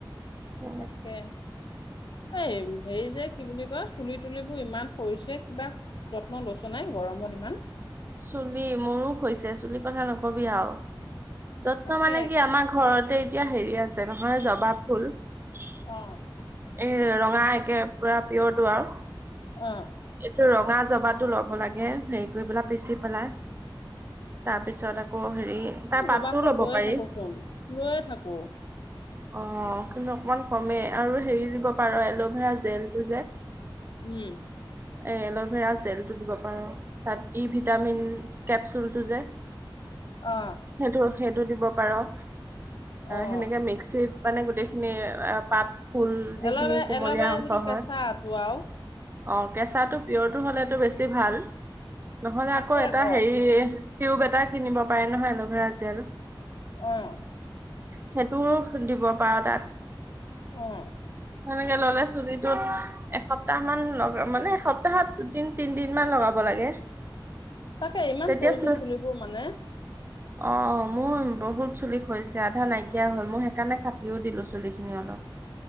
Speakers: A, on the right; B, on the left.
A: এ
B: তাকে। এই হেৰি যে কি বুলি কয় চুলি তুলিবোৰ ইমান পৰিছে কিবা যত্ন লৈছ নাই গৰমত মান
A: চুলি, মোৰো হৈছে চুলি কথা নক নকবি আৰু যত্ন
B: তাকে
A: মানে কি আমাৰ ঘৰত এ এতিয়া হেৰী আছে নহয় জবা ফুল। না
B: অ',
A: একে পুৰা পিয়ৰটো আৰু।
B: অ'।
A: এইটো ৰঙা জবা। কাতো ল'ব লাগে হেৰি কৰি পেলাই পিচি পেলাই তাৰ পিছত আকৌ হ ৰি তাৰ
B: জবা
A: পাতটো
B: ফুল
A: ল'ব
B: লৈয়ে
A: পাৰি
B: থাকোচোন,
A: অ,
B: লৈয়ে থাকো
A: <unintelligible> অকমান কমে, আৰু হেৰি দিব পাৰ, এলভেৰা জেলটো যে।
B: উম,
A: এ এল'ভেৰা জেলটো দিব পাৰ, তাত ই ভিটামিন কেপচুল। যে
B: অ',
A: সেইটো সেইটো দিব পাৰ। অ,
B: অ'।
A: সেনেকে মিক্সিত মানে গোটেইখিনি পাত ফুল যিখিনি
B: এল'ভে
A: কুমলীয়া
B: এল'ভেৰা
A: অংশ
B: যিটো কেঁচাটো
A: হয়।
B: আৰু
A: অ কেঁচাটো পিয়ৰটো হলেতটো বেছি ভাল নহলে
B: আছে
A: আকৌ এটা
B: ঘৰত
A: হেৰি কিউব এটা কিনিব পাৰে নহয় এ লোভেৰা জেল
B: অ'।
A: সেইটোও দিব পাৰো তাত
B: অ',
A: সেনেকে ললে চুলি ত এসপ্তাহ মান লগা মানে এসপ্তাহত দুদিন তিন দিন মান লগাব লাগে।
B: তাকে ইমান
A: তেতিয়া
B: কৰিছে
A: চুলি
B: চুলিবোৰ মানে।
A: অ মোৰ বহুত চুলি খছে আধা নাইকিয়া হল মই সেইকাৰণে কাটিও দিলো চুলি খিনি অলপ।